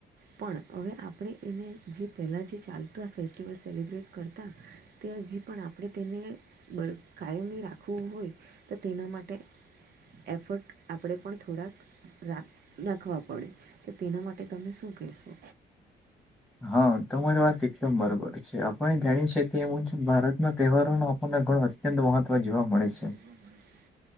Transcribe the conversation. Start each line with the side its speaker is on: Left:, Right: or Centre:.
Right: પણ હવે આપણે એને, જે પહેલા જે ચાલતા, ફેસ્ટિવલ સેલિબ્રેટ કરતા. ત હજી પણ આપણે તેને બળ કાયમી રાખવું હોય. તો તેના માટે એફર્ટ આપણે પણ થોડાક રાખ નાખવા પડે, તો તેના માટે તમે શું કહેશો?
Centre: હા તમારી વાત એકદમ બરોબર છે, આપણે જાણીશે એવુંજ ભારત ના તહેવારો નો આપણને ઘણો અત્યંત મહત્વ જોવા મળે છે.
Right: <inaudible>